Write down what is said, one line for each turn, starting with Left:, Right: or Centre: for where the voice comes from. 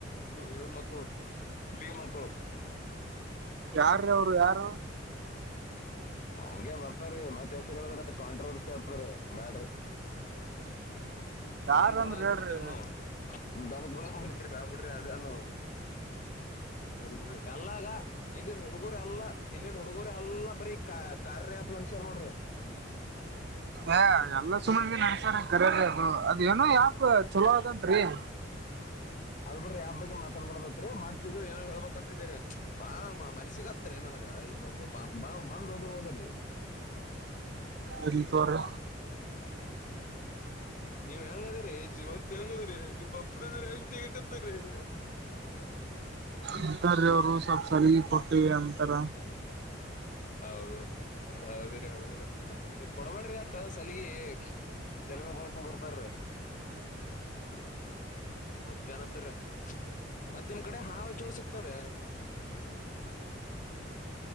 Left: ಇಳಮಕ್ಕು ಬಿಮಕ್ಕು
Right: ಯಾರೀ ಅವರು ಯಾರು
Left: ಹಂಗೆ ಬರ್ತಾರೀ ಮತ್ತೆ ಹೆಸರು ಹೇಳಿದ್ರೆ ಕಾಂಟ್ರವರ್ಸಿ ಆಗ್ತರಿ ಬ್ಯಾಡ್ರಿ. ಹಾ
Right: ಯಾರಂದ್ರ
Left: ದನ್ನಕ್ಕೂ ಬಿಡಂಗ್
Right: ಹೇಳ್ರಿ
Left: ಬಿಡ್ತಿರು ನೀವು ದನ್ನ ಬಿಡಂಗ್ ಬಿಡ್ತಿರಿ ಬ್ಯಾಡ್ ಬಿಡ್ರಿ ಅದಾನ್. ಇಲ್ರೀ ಎಲ್ಲಾಗ ಇಲ್ಲಿನ್ ಹುಡುಗುರು ಎಲ್ಲಾ ಇಲ್ಲಿನ ಹುಡುಗರು ಎಲ್ಲಾ ಬರಿ. ಕಾರ್ಯ ಆಪ್ ಮನುಷ್ಯ ನೋಡ್ರಿ.
Right: ಏ ಎಲ್ಲ ಸುಮನೆ ನಡಸಾರ ಕರೆದು ಅದು ಏನೋ ಯಾಪ್ ಚಲೋ ಆದಂತ್ರಿ. <inaudible>
Left: ಅದ್ ಬಿಟ್ರಿ ಯಾರು ಬಗ್ಗೆ ಮಾತಾಡಬೇಡ್ತಂತ್ರಿ ಮತ್ ಇಗ ಏನೋ ಹೇಳ್ಬೇಕಂತಿದ್ರಿ ಬಾಳ ಮನಸಿಗೆ ಹತ್ರಿ. ಅದ ಈಗ ಒಬ್ಬೊಬ ಬಂದ್ ಹೋದ್ರ ಹೋದ್ರರೀ
Right: ಇರ್ಲ್ಲಿತೋರಿ.
Left: ನೀವ್ ಹೆಂಗಿದಿರಿ ಜೀವಂತ ಇದ್ದೀರಿ ಅಲ್ಲಿ ಬೊಬ್ರು ರಾಜೀ ತ್ತೆಗೆಯಾಕತ್ತೀರಿ. <inaudible>
Right: ಇಂತ ದೇವರು ಸ್ವಲ್ಪ ಸರಿ ಪ ಕ್ಲಿಯರ್ ಅಂತರ.
Left: ಹೌದು ಹೌದ್ರೀ ಹೌದ್ರಿ ಹಾಗೆ ಕೊಡಬೇಡ್ರಿ ಅಟ ಸಲಿಯಿ ಕೆಲ್ವೆ ಬಂದ್ ಕುದುರ್ತರೀ. ಮತ್ತೆ ಏನಂತರೆ ಮತ್ತೊಂದು ಕಡೆ ಹಾಳು ಚೋಳು ಸಿಕ್ತಾರೆ. <inaudible>